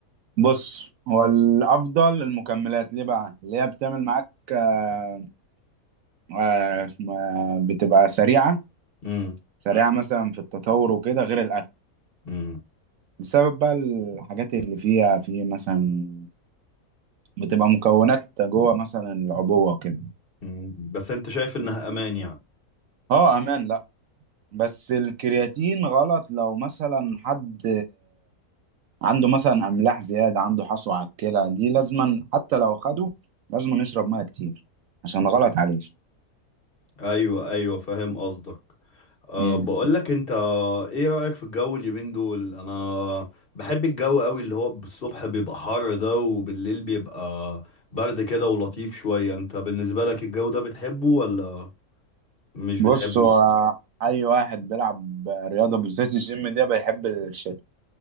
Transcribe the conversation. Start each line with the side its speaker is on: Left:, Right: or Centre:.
Right: بص هو الافضل المكملات ليه بقى اللي هي بتعمل معاك آه آه اسمها بتبقى سريعه
Left: امم
Right: سريعه مثلا في التطور وكده غير الاكل
Left: امم
Right: بسبب بقى الحاجات اللي فيها في مثلا بتبقى مكونات جوه مثلا العبوه وكده
Left: أمم. بس انت شايف انها امان يعني
Right: اه امان لا بس الكرياتين غلط لو مثلا حد عنده مثلا املاح زياده عنده حصوه على الكلى دي لازما حتى لو خده لازما نشرب ميه كتير عشان غلط عليه
Left: ايوه ايوه فاهم قصدك أه
Right: امم
Left: بقول لك انت ايه رأيك في الجو اليومين دول انا بحب الجو قوي اللي هو بالصبح بيبقى حر ده وبالليل بيبقى برد كده ولطيف شوية انت بالنسبة لك الجو ده بتحبه ولا مش بتحبه
Right: بص هو اي واحد بيلعب رياضه بالذات الجيم ده بيحب الشتاء